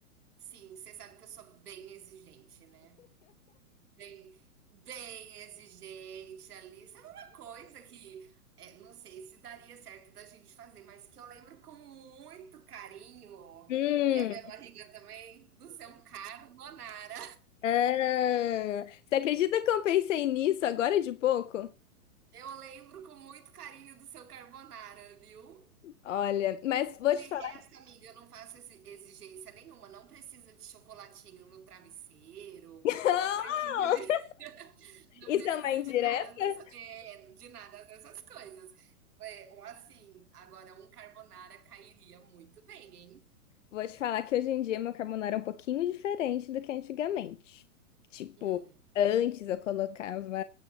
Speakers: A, on the right; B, on the left.
A: Sim, você sabe que eu sou bem exigente, né? Bem, bem exigente ali. Sabe uma coisa que é, não sei se daria certo da gente fazer, mas que eu lembro com muito carinho,
B: Hum,
A: e a minha barriga também, do seu carbonara.
B: ah, você acredita que eu pensei nisso agora de pouco?
A: Eu lembro com muito carinho do seu carbonara, viu?
B: Olha, mas vou
A: De
B: te falar.
A: resto, amiga, eu não faço exi- exigência nenhuma. Não precisa de chocolatinho no travesseiro,
B: <laughs>
A: não precisa de Não
B: Isso
A: precisa
B: é uma indireta?
A: de nada, dessa- é, de nada dessas coisas. É, ou assim, agora um carbonara cairia muito bem, hein?
B: Vou te falar que hoje em dia meu carbonara é um pouquinho diferente do que antigamente. Tipo,
A: Hum,
B: antes eu colocava